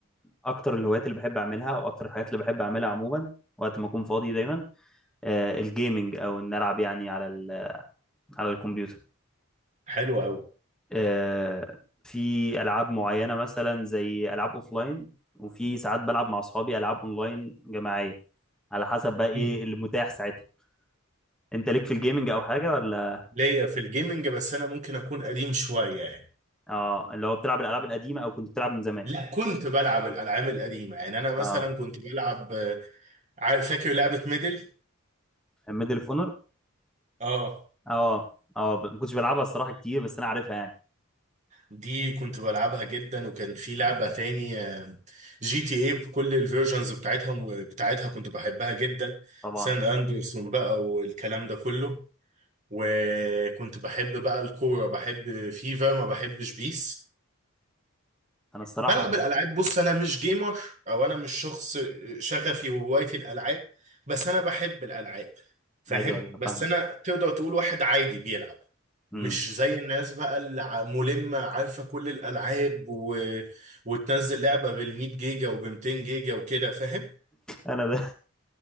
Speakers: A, in the centre; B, on the right (about 35°).
A: اكتر الهوايات اللي بحب اعملها واكتر الحاجات اللي بحب اعملها عموما وقت ما اكون فاضي دايما آه، الجيمنج او ان العب يعني على ال- على الكمبيوتر
B: حلو قوي
A: آه، في العاب معينه مثلا زي العاب اوفلاين وفي ساعات بلعب مع اصحابي العاب اونلاين جماعيه على حسب بقى ايه
B: مم.
A: اللي متاح ساعتها انت ليك في الجيمنج او حاجه ولا
B: ليا في الجيمنج بس انا ممكن اكون قديم شوية يعني
A: اه اللي هو بتلعب الالعاب القديمه او كنت بتلعب من زمان
B: لا كنت بلعب الالعاب القديمة يعني انا مثلا
A: اه
B: كنت بلعب آه، عارف فاكر لعبة ميدل
A: ميدل فونر
B: اه
A: اه اه ب- ما كنتش بلعبها الصراحه كتير بس انا عارفها يعني
B: دي كنت بلعبها جدا وكان في لعبة تانية جي تي اي بكل الفيرجنز بتاعتها بتاعتها كنت بحبها جدا
A: طبعا
B: سان اندرسون بقى والكلام ده كله وكنت بحب بقى الكورة بحب فيفا ما بحبش بيس
A: انا الصراحه
B: بلعب
A: ما كنت
B: الألعاب بص أنا مش جيمر أو أنا مش شخص شغفي وهوايتي الألعاب بس أنا بحب الألعاب فاهم
A: ايوه ايوه
B: بس
A: فاهمك
B: أنا تقدر تقول واحد عادي بيلعب
A: امم
B: مش زي الناس بقى اللي ع- ملمة عارفة كل الألعاب و... وتنزل لعبة بال100 جيجا وب200 جيجا وكده فاهم
A: انا ده